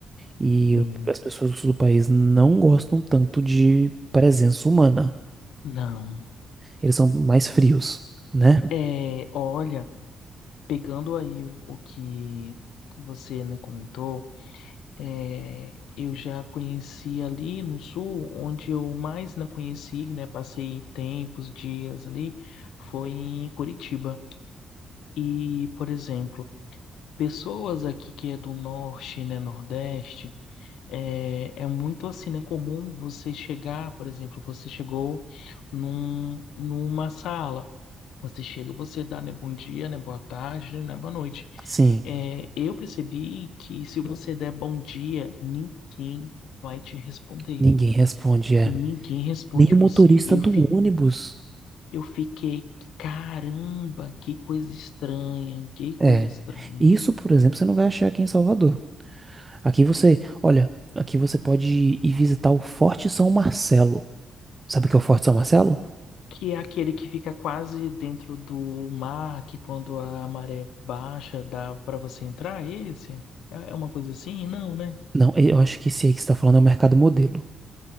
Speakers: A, on the right (about 20°); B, on the left (about 90°).
A: e eu-
B: Sim.
A: as pessoas do sul do país não gostam tanto de presença humana.
B: Não.
A: Eles são mais frios, né?
B: É, olha, pegando aí o que você, né, comentou, É, eu já conheci ali no sul, onde eu mais não conheci, né? Passei tempos, dias ali, foi em Curitiba. E, por exemplo, pessoas aqui que é do norte, né, nordeste, é, é muito assim, né, comum você chegar, por exemplo, você chegou num, numa sala, você chega, você dá, né, bom dia, né, boa tarde, né, boa noite.
A: Sim,
B: É, eu percebi que se você der bom dia, ninguém vai te responder.
A: ninguém responde, é.
B: Ninguém responde
A: Nem o
B: você.
A: motorista
B: Eu,
A: do
B: fi,
A: ônibus.
B: eu fiquei, caramba, que coisa estranha, que coisa
A: É.
B: estranha.
A: Isso, por exemplo, você não vai achar aqui em Salvador. Aqui você, olha, aqui você pode ir visitar o Forte São Marcelo. Sabe o que é o Forte São Marcelo?
B: Que é aquele que fica quase dentro do mar, que quando a maré baixa dá para você entrar, é esse? É é uma coisa assim? Não, né?
A: Não, eu acho que esse aí que você está falando é o Mercado Modelo.